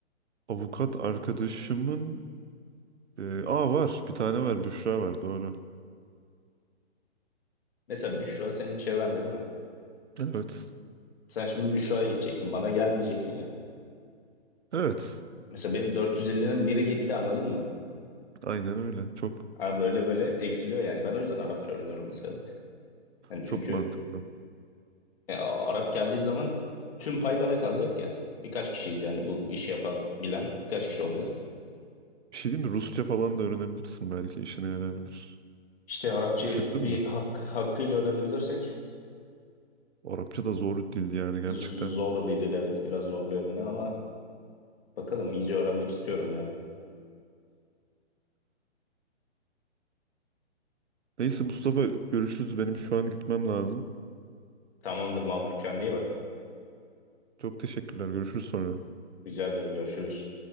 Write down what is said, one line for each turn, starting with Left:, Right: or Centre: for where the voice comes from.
Right: Avukat arkadaşımın Ee, aa var. Bir tane var. Büşra var. Doğru.
Left: Mesela Büşra senin çevrende değil mi?
Right: Evet.
Left: Sen şimdi Büşra'ya gideceksin. Bana gelmeyeceksin ya.
Right: Evet.
Left: Mesela benim 450'nin biri gitti anladın mı?
Right: Aynen öyle. Çok
Left: Abi böyle böyle eksiliyor yani. Ben o yüzden Arapça öğreniyorum mesela bir tık. Yani
Right: çok
Left: çünkü
Right: mantıklı.
Left: e, A- Arap geldiği zaman tüm pay bana kalacak ya. Birkaç kişiyiz yani bu işi yapabilen birkaç kişi olacağız.
Right: Bir şey değil mi? Rusça falan da öğrenebilirsin belki. işine yarayabilir.
Left: İşte Arapçayı
Right: Düşündün
Left: bir
Right: mü?
Left: hak, hakkıyla öğrenebilirsek
Right: Arapça da zor bir dil yani gerçekten.
Left: zor bir dil evet biraz zorluyor beni ama bakalım iyice öğrenmek istiyorum yani.
Right: Neyse Mustafa görüşürüz. Benim şu an gitmem lazım.
Left: Tamamdır Mahmut. Kendine iyi bak.
Right: Çok teşekkürler. Görüşürüz sonra.
Left: Rica ederim. Görüşürüz.